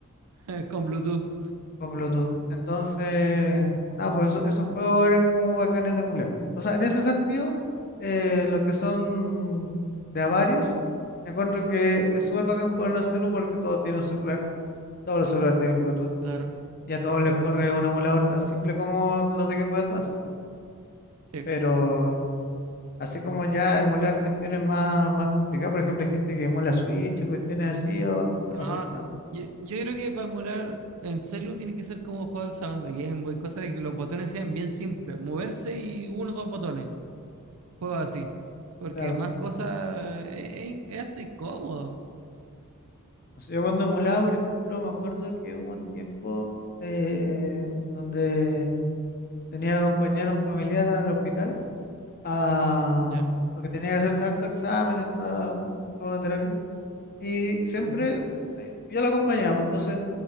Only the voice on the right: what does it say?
<laughs> con Bluetooth,
claro.
Sí,
no,
yo, yo creo que para emular en celu tiene que ser como juegos de esa banda Game Boy, cosas de que los botones sean bien simples, moverse y uno o dos botones, juegos así. Porque
más cosas es, es hasta incómodo,
¿ya?
Ujú,